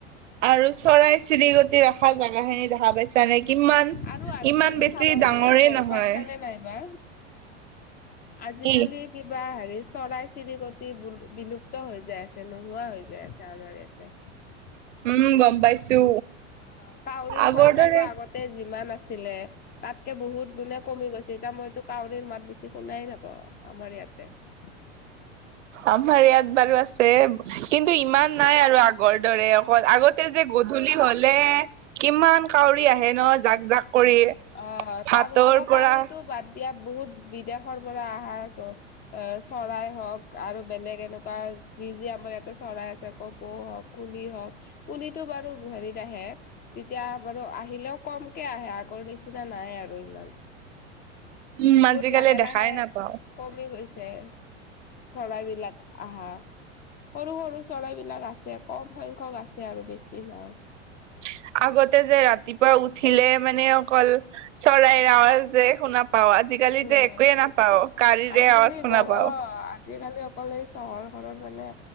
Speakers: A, on the right; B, on the left.
A: আৰু চৰাই চিৰিকটি ৰাখ দেখা জোগাখিনি দেখা পাইছা নে কিমান
B: আৰু আজিকালি
A: ইমান বেছি
B: চাবা
A: ডাঙৰে
B: তুমি গম
A: নহয়।
B: পাইছানে নাইবা আজিকালি
A: কি
B: কিবা হেত চৰাই - চিৰিকতি বোৰ বিলুপ্ত হৈ যাই আছে নোহোৱা হৈ যাই আছে আমাৰ ইয়াতে।
A: উম, গম পাইছো।
B: অ', কাউৰীৰ
A: আগৰ
B: সংখ্যাটো
A: দৰে
B: আগতে যিমান আছ ছিলে তাতকে বহুত গুণে কমি গৈছে এতিয়া মইতো কাউৰীৰ মাত বেছি শুনাই নাপাও আমাৰ ইয়াত। তে
A: আমাৰ ইয়াত বাৰু আছে। কিন্তু ইমান নাই আৰু আগৰ দৰে অকল আগতে যে গধূলি হলে কিমান কাউ উৰি আহে ন' জাক - জাক। কৰি
B: অ',
A: ভাতৰ
B: তাৰ ওপৰত
A: পৰা
B: কাউৰীটো বাদ দিয়া বহুত বিদেশৰ পৰা আহা জ চৰাই হ'ক আৰু বেলেগ এনেকুৱা যি- যি আমাৰ ইয়াতে চৰাই আছে কপৌ হক কুলি হক কুলিতো বাৰু হেৰিত আহে তেতিয়া এবাৰু আহিলেও কমকে আহে আগৰ নিচিনা নাই আৰু ইমান।
A: উম আজিকালি
B: বহুত লাহে -লাহে
A: দেখাই নাপাও
B: কমি গৈছে। যে চৰাই বিলাক আহা, সৰু সৰু চৰাইবিলাক আছে কম সংখ্যক আছে আৰু বেছি নাই।
A: <inaudible> আগতে যে ৰাতিপুৱা উঠিলে মানে অকল চৰাই আৱাজ যে শুনা পাও আজিকালিতো
B: উম
A: একোয়ে নাপাও গাড়ীৰে
B: আজিকালি
A: আৱাজ শুনা
B: গ
A: পাওঁ।
B: অ আজিকালি অকল এই চহৰখনত মানে